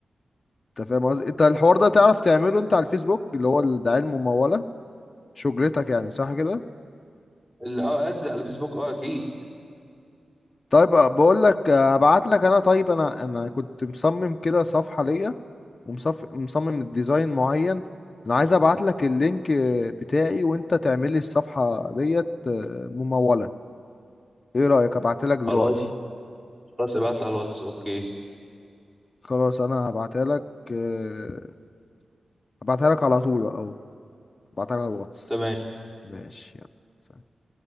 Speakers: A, on the left; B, on the right.
A: انت فاهم قصدي انت الحوار ده تعرف تعمله انت على الفيسبوك اللي هو الدعاية الممولة شجرتك يعني صح كده
B: ال- اه ادز على الفيسبوك اه اكيد
A: طيب آه، بقول لك آه، هبعت لك انا طيب انا انا كنت مصمم كده صفحة ليا ومصف... مصمم ديزاين معين انا عايز ابعت لك اللينك بتاعي وانت تعمل لي الصفحة ديت ممولة ايه رأيك ابعتها لك دلوقتي
B: خلاص خلاص ابعت لي على الواتس اوكي
A: خلاص انا هبعتها لك آه، هبعتها لك على طول اهو هبعتها لك على الواتس
B: تمام
A: ماشي يلا سلام.